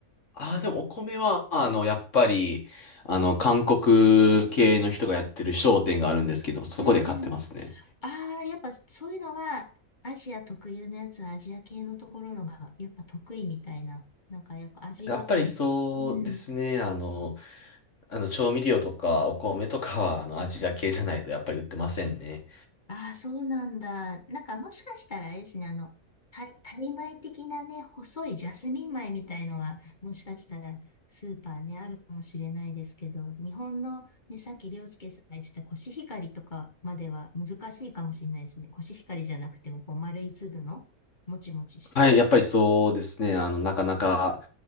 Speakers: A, on the left (about 55°); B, on the left (about 35°).
A: ああ、でもお米は、あの、やっぱり、あの、韓国系の人がやってる商店があるんですけど、そこで買ってますね。
B: うんうん。ああ、やっぱそういうのは、アジア特有のやつはアジア系のところのが、やっぱ得意みたいな。なんかやっぱ味がいい。
A: やっぱりそうですね。
B: うん。
A: あの、あの調味料とかお米とかは、あの、アジア系じゃないとやっぱり売ってませんね。
B: ああ、そうなんだ。なんかもしかしたらあれですね、あの、た、タイ米的なね、細いジャスミン米みたいのは、もしかしたらスーパーね、あるかもしれないですけど、日本のね、さっき涼介さんが言ってたコシヒカリとかまでは難しいかもしれないですね。コシヒカリじゃなくても、こう、丸い粒の、もちもちしたやつ。
A: はい、やっぱりそうですね。あの、なかなか